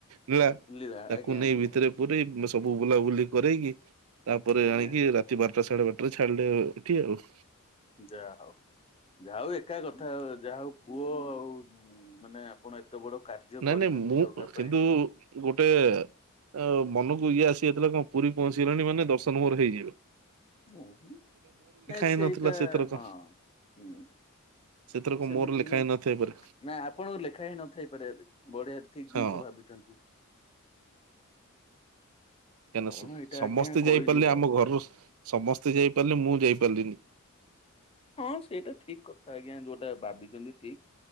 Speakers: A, on the right; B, on the left.
A: ନୀଳା।
B: ଲୀଳା
A: ତାକୁ
B: ଆଜ୍ଞା
A: ନେଇ
B: ଆଜ୍ଞା
A: ଭିତରେ
B: ଆଜ୍ଞା
A: ପୁରେଇ ମୁସ ସବୁ ବୁଲାବୁଲି କରରେକି ତାପରେ
B: ଆଜ୍ଞା
A: ଆଣିକି
B: ଆଜ୍ଞା
A: ରାତି ବାରଟା ସାଢେ ବାରଟା ଛାଡିଲେ ଏଠି ଆଉ।
B: ଯାହା ହଉ ଯାହା ହଉ ଏକା କଥା ଯାହା ହଉ ପୁଅ ଆଉ ମାନେ ଆପଣ ବଡ କାର୍ଯ୍ୟ
A: ନାଇଁ
B: କରିଛନ୍ତି
A: ନାଇଁ ମୁଁ
B: ଜଗା ପାଇଁ
A: କିନ୍ତୁ ଗୋଟେ ଆ ମନକୁ ଇଏ ଆସିଯାଇଥିଲା କଣ ପୁରୀ ପହଞ୍ଚିଗଲାଣି ମାନେ ଦର୍ଶନ ମୋର ହେଇଯିଵ।
B: ଉଁ ହୁଁ ଏ
A: ହେଇନଥିଲା
B: ସେଇଟା
A: ସେଥରକ।
B: ହଁ ହୁଁ
A: ସେଥିରକ
B: ହଁ ସେମିତି
A: ମୋର ଲେଖା
B: ବି
A: ହେଇ ନଥାଇ ପାରେ
B: ନାାଇ ଆପଣଙ୍କୁ ଲେଖା ହିଁ ନଥାଇ। ବଢିଆ ଠିକ
A: ହଁ
B: ଜିନିଷ ଭାବିଛନ୍ତି।
A: କାହିଁକ
B: କାରଣ ଏଇଟା
A: ସମସ୍ତେ
B: ଆଜ୍ଞା
A: ଯାଇପାରିଲେ
B: କଳି ଯୁଗ
A: ଆମ ଘରରୁ ସମସ୍ତେ ଯାଇ ପାରିଲେ ମୁଁ ଯାଇପାରିଲିନି।
B: ହଁ ସେଇଟା ଠିକ କଥା ଆଜ୍ଞା। ଯୋଉଟା ଭାବିଛନ୍ତି ଠିକ।